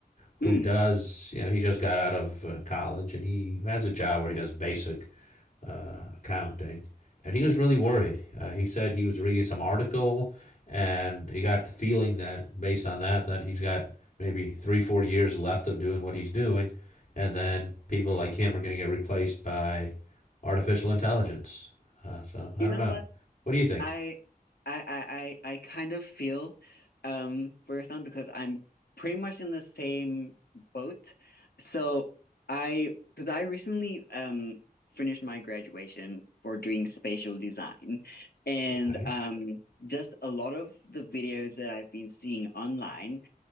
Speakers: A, on the left (about 55°); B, on the left (about 85°).
A: who
B: Mm.
A: does, you know, he just got out of uh, college and he has a job where he does basic uh, accounting. And he was really worried. Uh, he said he was reading some article and he got the feeling that based on that, that he's got maybe three, four years left of doing what he's doing. And then people like him are going to get replaced by artificial intelligence. Uh, so I
B: You
A: don't
B: know
A: know.
B: what?
A: What do you think?
B: I I I I I kind of feel um for your son because I'm pretty much in the same boat. So I because I recently um finished my graduation for doing spatial design and
A: Okay.
B: um just a lot of the videos that I've been seeing online